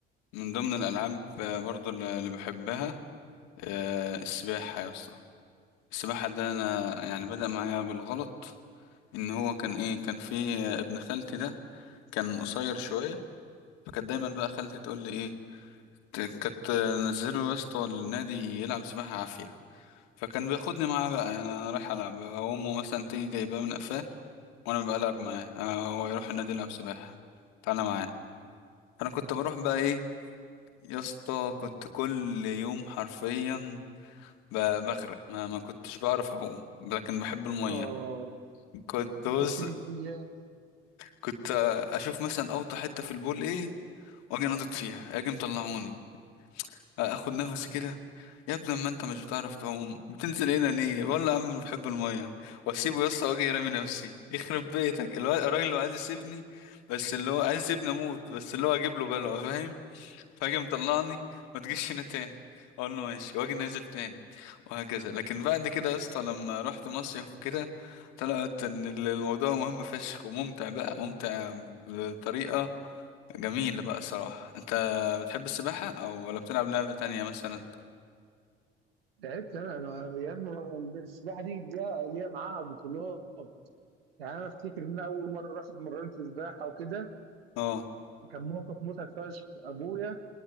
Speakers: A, on the left; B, on the right.
A: من ضمن الالعاب آه، برضو اللي اللي بحبها آه، السباحه يا اسطى السباحه ده انا يعني بدأ معايا بالغلط ان هو كان ايه كان في آه، ابن خالتي ده كان قصير شويه فكانت دايما بقى خالتي تقول لي ايه ت- كانت آه، نزله يا اسطى النادي يلعب سباحه عافيه فكان بياخدني معاه بقى يعني انا رايح العب امه مثلا تيجي جايباه من قفاه وانا بلعب معاه آه، هو يروح النادي يلعب سباحة تعالى معانا فانا كنت بروح بقى ايه يا اسطى كنت كل يوم حرفيا ب- بغرق ما, ما كنتش بعرف اعوم لكن بحب المية
B: اه
A: كنت
B: فكرتني
A: بص
B: بايام
A: كنت آه، اشوف مثلا اوطى حتة في البول ايه واجي نطط فيها اجي مطلعوني اخد نفسي كده يا ابني ما انت مش بتعرف تعوم بتنزل هنا ليه والله يا عم أنا بحب الميه واسيبه يا اسطى واجي رامي نفسي يخرب بيتك الو- الراجل اللي عايز يسيبني بس اللي هو عايز يسيبني اموت بس اللي هو اجيب له بلوه فاهم فاجي مطلعني ما تجيش هنا تاني اقول له ماشي واجي نازل تاني وهكذا لكن بعد كده يا اسطى لما رحت مصيف وكده طلعت ان الموضوع مهم فشخ وممتع بقى ممتع بطريقه جميل بقى الصراحة انت بتحب السباحة او ولا بتلعب لعبة تانية مثلا
B: تعبت انا انا يا ابني السباحه دي ليها ليها معاها بطولات يعني انا افتكر ان أنا اول مره رحت اتمرنت سباحه وكده
A: اه
B: كان موقف مضحك فشخ ابويا